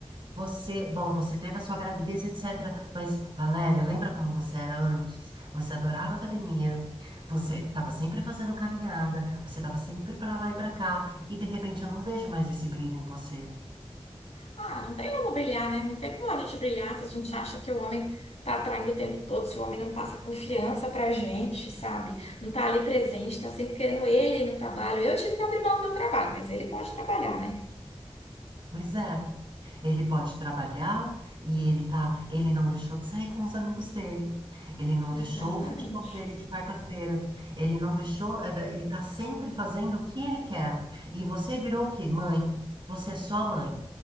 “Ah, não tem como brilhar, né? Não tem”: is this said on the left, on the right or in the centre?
Left